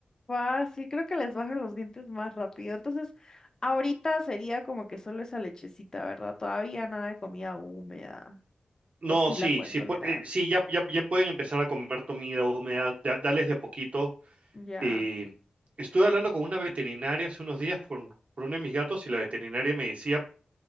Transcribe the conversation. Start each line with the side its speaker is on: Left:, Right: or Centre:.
Left: Guau, sí, creo que les bajan los dientes más rápido. Entonces, ahorita sería como que solo esa lechecita, ¿verdad? Todavía nada de comida húmeda.
Right: No,
Left: O sí
Right: sí,
Left: la pueden
Right: sí,
Left: tolerar.
Right: pu- eh, sí ya, ya, ya pueden empezar a comer comida húmeda, da- dales de a poquito.
Left: Ya.
Right: Eh, estuve hablando con una veterinaria hace unos días por, por uno de mis gatos y la veterinaria me decía